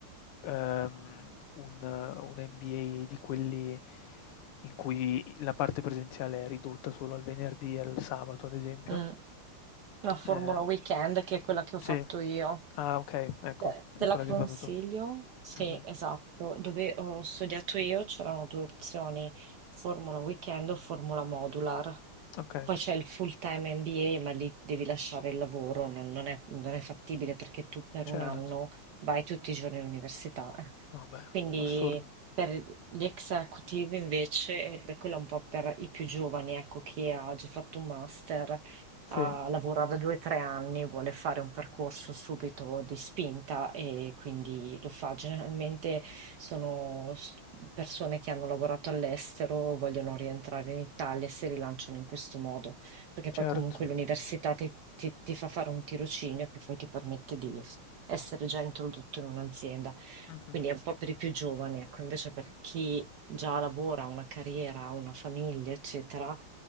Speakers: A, on the left (about 80°); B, on the right (about 65°).
A: ehm, un un MBA di quelli in cui la parte presenziale è ridotta solo al venerdì e al sabato, ad esempio.
B: mm. La Formula
A: Ehm
B: Weekend, che è quella che ho fatto
A: sì.
B: io.
A: Ah, okay, ecco,
B: Te, te
A: è quella
B: la consiglio?
A: che hai fatto tu.
B: Sì,
A: Mh-mh.
B: esatto. Dove ho studiato io c'erano due opzioni, Formula Weekend o Formula Modular.
A: Okay,
B: Poi c'è il full-time MBA, ma lì devi lasciare il lavoro, non, non è, non è fattibile perché tu per
A: certo.
B: un anno vai tutti i giorni all'università. eh.
A: No beh,
B: Quindi
A: assurdo.
B: per gli executive invece, ed è quella è un po' per i più giovani, ecco, chi ha già fatto un master
A: Sì,
B: ha lavorato due o tre anni, vuole fare un percorso subito di spinta e quindi lo fa. Generalmente sono s- persone che hanno lavorato all'estero, vogliono rientrare in Italia e si rilanciano in questo modo, perché
A: certo.
B: poi comunque l'università ti, ti- ti fa fare un tirocinio che poi ti permette di essere già introdotto in un'azienda.
A: Mh-mh.
B: Quindi è un po' per i più giovani, ecco, invece per chi già lavora, ha una carriera, ha una famiglia, eccetera,